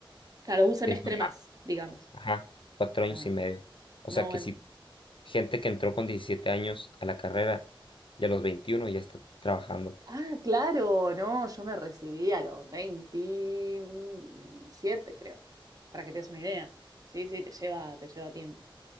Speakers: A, on the right; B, on the left.
A: Claro, un semestre
B: es lo
A: más,
B: más,
A: digamos.
B: ajá, cuatro años
A: Ah,
B: y medio. O
A: no,
B: sea, que
A: el-
B: si gente que entró con 17 años a la carrera y a los 21 ya está trabajando.
A: ah, claro, no, yo me recibí a los veintisiete creo, para que te des una idea. Sí, sí, te lleva, te lleva tiempo.